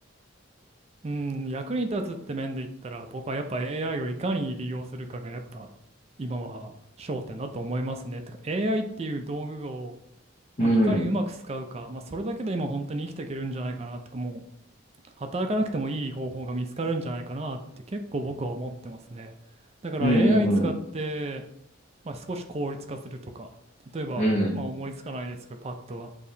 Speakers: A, on the right; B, on the left.
A: うん、役に立つって面で言ったら僕はやっぱ AI をいかに利用するかがやっぱ今は焦点だと思いますね。てか AI っていう道具をまあ、
B: うん。
A: いかにうまく使うか、まあ、それだけで今本当に生きていけるんじゃないかなとか、もう働かなくてもいい方法が見つかるんじゃないかなって結構僕は思ってますね。だから
B: うん、
A: AI 使って、
B: うん、
A: まあ、少し効率化するとか、例えば、
B: うん。
A: まあ、思いつかないですけど、パッとは。